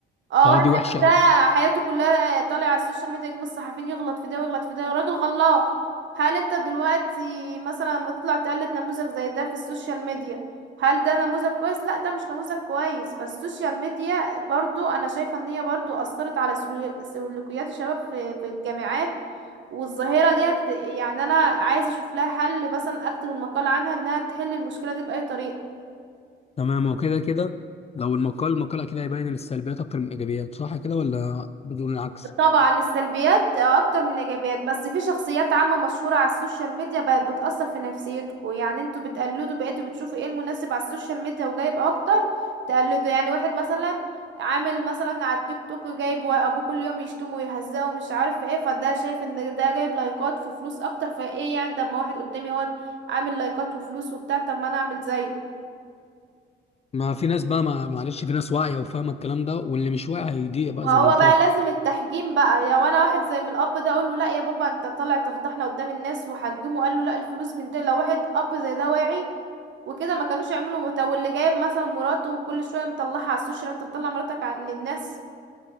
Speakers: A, on the right (about 70°); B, on the left (about 30°).
A: اه
B: اه
A: واحد
B: دي
A: زي
B: وحشة
A: ما
B: أوي
A: ده حياته كلها طالع على السوشيال ميديا يجيب الصحفيين يغلط في ده ويغلط في ده راجل غلط هل انت دلوقتي مثلا لما تطلع تقلد نموذج زي ده في السوشيال ميديا هل ده نموذج كويس لا ده مش نموذج كويس فالسوشيال ميديا برضو انا شايفة ان هي برضو اثرت على سلو- سلوكيات الشباب في في الجامعات والظاهرة ديت يعني انا عايزة اشوف لها حل مثلا اكتب المقال عنها انها تحل المشكلة دي بأي طريقة
B: تمام هو كده كده لو المقال المقال أكيد هيبين السلبيات أكتر من الإيجابيات صح كده ولا بدون العكس
A: طبعا السلبيات اكتر من الايجابيات بس في شخصيات عامة مشهورة على السوشيال ميديا بقت بتأثر في نفسيتكم يعني انتوا بتقلدوا بقيتوا بتشوفوا ايه المناسب على السوشيال ميديا وجايب اكتر تقلدوا يعني واحد مثلا عامل مثلا على التيك توك جايب ابوه كل يوم يشتمه ويهزقه ومش عارف ايه فده شايف ان ده جايب لايكات في فلوس اكتر فايه يعني طب ما واحد قدامي هو عامل لايكات وفلوس وبتاع طب ما انا اعمل زيه
B: ما في ناس بقى ما معلش في ناس واعية وفاهمة الكلام ده واللي مش واعي هيضيق بقى
A: وهو
B: زي ما قلت
A: بقى
B: لك
A: لازم التحجيم بقى يا وانا واحد زي من الاب ده اقول له لا يا بابا انت طالع تفضحنا قدام الناس وحجمه قال له لا الفلوس من ده لو واحد اب زي ده واعي وكده ما كانوش يعملوا طب واللي جايب مثلا مراته وكل شويه مطلعها على السوشيال انت مطلع مراتك ع- للناس